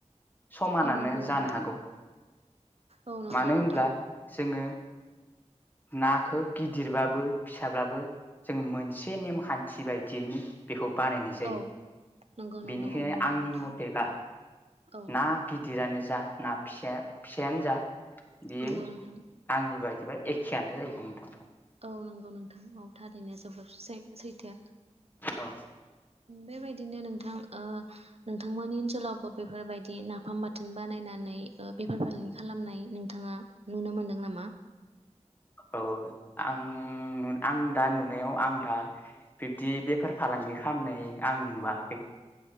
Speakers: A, on the left; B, on the right.
A: समानानो
B: औ नंगौ नोंथां
A: जानो हागौ
B: औ नंगौ
A: मानो होनब्ला
B: नोंथां
A: जोङो नाखौ गिदिरबाबो फिसाब्लाबो जोङो मोनसे नेमखान्थि बायदियैनो बेखौ बानायनाय जायो
B: औ नंगौ नंगौ
A: बेनिखायनो
B: औ नंगौ
A: आंनि
B: नोंथां
A: मथेबा
B: औ
A: ना गिदिरानो जा ना फिसा फिसायानो जा बियो
B: नंगौ नोंथां
A: आंनि बायदिबा एखेयानो जाहैगोन नोंथां
B: औ नंगौ नोंथां औ थारैनो जोबोर सै सैथो
A: औ
B: बेबायदिनो नोंथां ओ नोंथांमोननि ओनसोलावबो बेफोरबायदि नाफाम बाथोन बानायनानै बेफार फालांगि खालामनाय नोंथाङा नुनो मोन्दों नामा
A: औ आं आं दा नुनायाव आं दा बिब्दि बेफार फालां गि खालामनाय आं नुवाखै